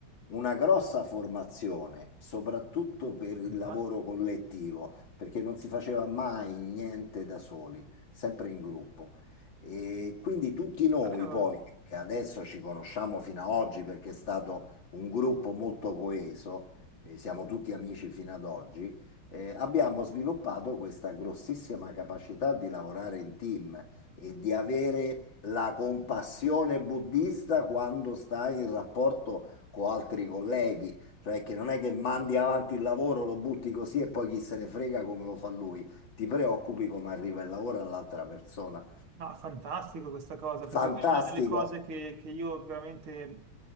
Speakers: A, on the left; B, on the right.
A: una grossa formazione, soprattutto per il
B: Fantastico.
A: lavoro collettivo, perché non si faceva mai niente da soli, sempre in gruppo. E quindi tutti noi
B: Cavolo.
A: poi, che adesso ci conosciamo fino ad oggi perché è stato un gruppo molto coeso, eh, siamo tutti amici fino ad oggi, eh, abbiamo sviluppato questa grossissima capacità di lavorare in team e di avere la compassione buddista quando stai in rapporto con altri colleghi, cioè che non è che mandi avanti il lavoro, lo butti così e poi chi se ne frega come lo fa lui, ti preoccupi come arriva il lavoro all'altra persona.
B: No, fantastico questa cosa, perché
A: Fantastico,
B: poi una delle cose che, che io veramente,